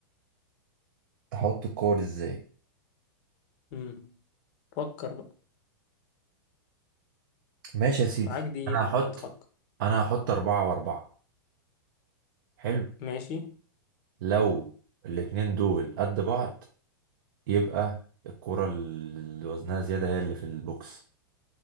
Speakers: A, on the right; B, on the left.
A: تحط الكور ازاي
B: امم فكر بقى
A: ماشي يا سيدي
B: معاك دقيقة
A: انا هحط
B: يا عم تفكر
A: انا هحط اربعة واربعة حلو
B: ماشي
A: لو الاتنين دول قد بعض يبقى الكرة اللي وزنها زيادة هي اللي في البوكس